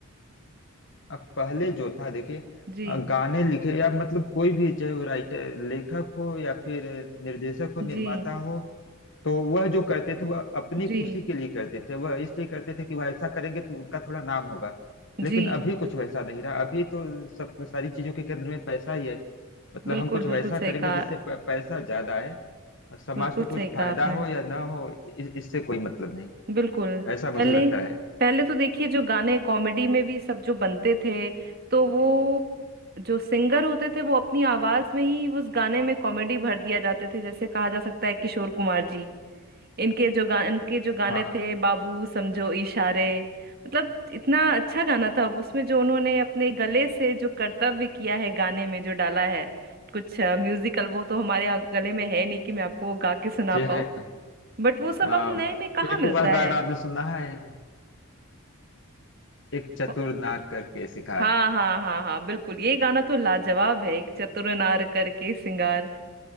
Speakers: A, on the left; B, on the right.
A: अब पहले जो था देखिए
B: जी
A: अ, गाने लिखे या मतलब कोई भी चाहे वो राइटर लेखक हो या फिर निर्देशक हो निर्माता
B: जी
A: हो तो वह जो करते थे वह अपनी
B: जी
A: खुशी के लिए करते थे वह इसलिए करते थे कि वह ऐसा करेंगे तो उनका थोड़ा नाम होगा
B: जी
A: लेकिन अभी कुछ वैसा नहीं रहा अभी तो सब सारी चीजों के केंद्र में पैसा ही है मतलब
B: बिल्कुल
A: हम कुछ
B: बिल्कुल
A: वैसा
B: सही
A: करेंगे
B: कहा
A: जिससे प- पैसा ज्यादा आए और समाज
B: बिल्कुल
A: को कुछ
B: सही कहा
A: फायदा
B: आपने
A: हो या ना हो इ- इससे कोई मतलब नहीं
B: बिल्कुल
A: ऐसा मुझे
B: पहले
A: लगता है
B: पहले तो देखिए जो गाने कॉमेडी में भी सब जो बनते थे तो वो जो सिंगर होते थे वो अपनी आवाज में ही उस गाने में कॉमेडी भर दिया जाते थे जैसे कहा जा सकता है किशोर कुमार जी इनके जो गा इनके जो गाने
A: हाँ हाँ
B: थे बाबू समझो इशारे मतलब इतना अच्छा गाना था उसमें जो उन्होंने अपने गले से जो कर्तव्य किया है गाने में जो डाला है कुछ म्यूजिकल वो तो हमारे यहाँ गले में है नहीं कि मैं आपको वो गा के सुना
A: जी
B: पाऊँ
A: है
B: बट वो सब
A: आ,
B: अब नए में कहाँ
A: एक
B: मिलता
A: वह
B: है
A: गाना आपने सुना है एक चतुर
B: को-
A: नार करके शिकार
B: हाँ हाँ हाँ हाँ बिल्कुल ये गाना तो लाजवाब है एक चतुर नार करके सिंगार